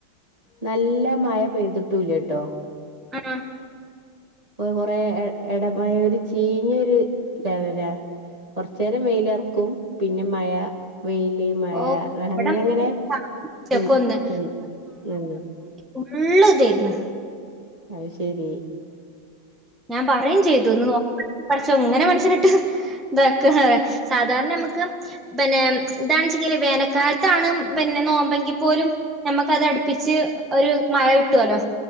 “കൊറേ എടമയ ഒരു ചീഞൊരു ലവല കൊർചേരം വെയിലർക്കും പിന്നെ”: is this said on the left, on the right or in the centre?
Right